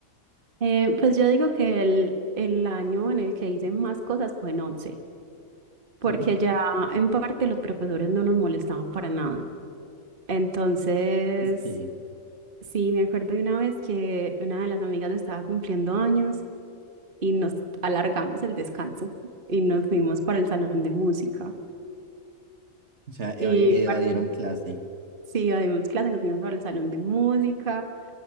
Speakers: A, on the right; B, on the right.
A: Eh, pues yo digo que el, el año en el que hice más cosas fue en 11, porque
B: Sí.
A: ya en parte los profesores no nos molestaban para nada. Entonces,
B: Sí.
A: sí, me acuerdo de una vez que una de las amigas estaba cumpliendo años y nos alargamos el descanso y nos fuimos para el salón de música.
B: O sea,
A: Y
B: eva- evadieron
A: partimos,
B: clase.
A: sí, dimos clase, nos fuimos para el salón de música